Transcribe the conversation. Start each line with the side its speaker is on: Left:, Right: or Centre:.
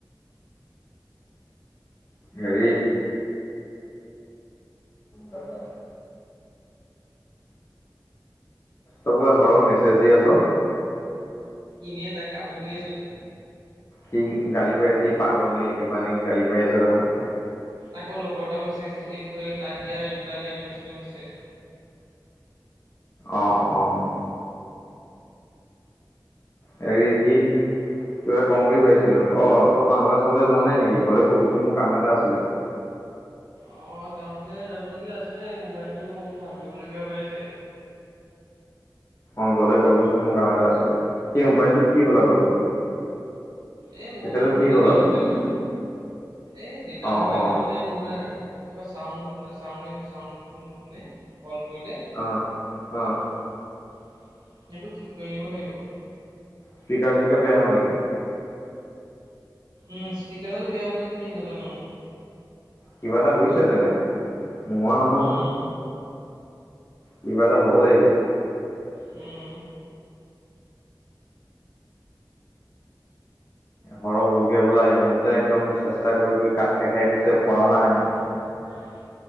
Left: হেৰি তাৰপৰা তই বোলে হৰক মেছেজ দি আছ।
Right: এনেই তাক কামোৰ দি আছো।
Left: সি গালি পাৰি আছে। সি পাগল নে, কিবা নেকি গালি পাৰি আছে দেখোন।
Right: আকৌ লগৰ এটাও মেছেজ দি তাক দিয়া ৰিপ্লাই দিয়া মেছেজটোও দিছে।
Left: অ' অ' হেৰি কি কিবা এটা কম বুলি ভাবিছিলো। অ' তই টাউলৈ চাউলৈ যোৱা নাই নেকি, গলে কবিচোন, মোৰ কাম এটা আছিলে।
Right: অ' টাউনলে যাবলগীয়া আছে, মোবাইল টো ভাল কৰিবলগীয়া হৈ আছে।
Left: অ' গ'লে কবিচোন মোৰ কাম এটা আছিলে, এই মোবাইলটো কি হ'ল আকৌ তোৰ?
Right: এ মোৰ
Left: তেখেতৰ
Right: নহয়
Left: কি
Right: দেতাৰ
Left: হ'ল আকৌ
Right: মোবাইলটো, এ দেতাৰ
Left: অ অ
Right: মোবাইলটো মানে তোমাৰ কিবা চাউ নুশুনে চা চাউনটো নুশুনে। ক'ল কৰিলে
Left: অ অ
Right: সেইটো ঠিক কৰি নিব লাগিব।
Left: স্পিকাৰ যোকে বয়া হ'ল নেকি?
Right: উম, স্পিকাৰডাল বেয়া হ'ল নে কি নাজানো।
Left: কিবা এটা হৈছে, তেনে নোহোৱা নহয়।
Right: উম,
Left: কিবা এটা হব লাগিব।
Right: উম।
Left: হৰহ গ'লগে হবলা, ইহত দুতা একদম চেষ্টা কৰি কৰি কাট খাই খাই গৈছে পৰা নাই।
Right: উ <unintelligible>